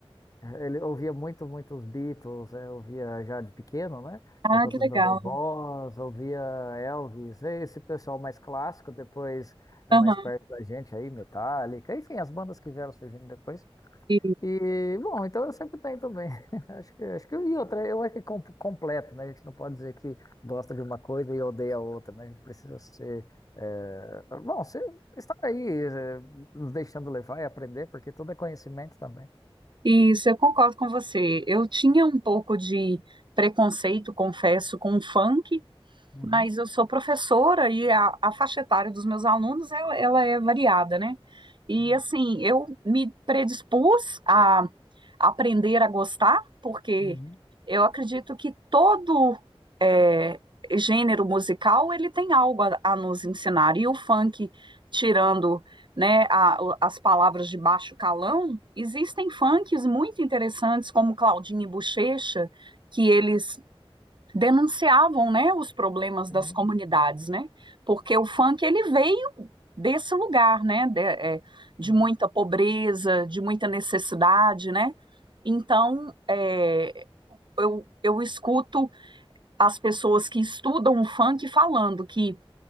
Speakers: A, on the left; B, on the right.
A: ele ouvia muito, muito os Beatles, é, ouvia já de pequeno, né?
B: ah,
A: Por conta
B: que legal.
A: dos meus avós, ouvia Elvis, é, esse pessoal mais clássico, depois é
B: Aham.
A: mais perto da gente aí, Metallica, enfim, as bandas que vieram surgindo depois.
B: E-
A: E, bom, então eu sempre tenho também. <laughs> Acho que, acho que e outra, eu é que com- completo, né? A gente não pode dizer que gosta de uma coisa e odeia a outra, né? A gente precisa ser, eh, bom, ser, estar aí, eh, nos deixando levar e aprender, porque tudo é conhecimento também.
B: Isso, eu concordo com você. Eu tinha um pouco de preconceito, confesso, com o funk,
A: Uhum,
B: mas eu sou professora e a, a faixa etária dos meus alunos ela, ela é variada, né? E
A: sim,
B: assim, eu me predispus a aprender a gostar, porque
A: uhum,
B: eu acredito que todo é, gênero musical ele tem algo a, a nos ensinar. E o funk, tirando, né, a- o- as palavras de baixo calão, existem funks muito interessantes, como Claudinho e Buchecha, que eles denunciavam, né, os problemas
A: sim,
B: das comunidades, né? Porque o funk ele veio desse lugar, né, de, é, de
A: sim,
B: muita pobreza, de muita necessidade, né? Então, é, eu, eu escuto as pessoas que estudam o funk falando que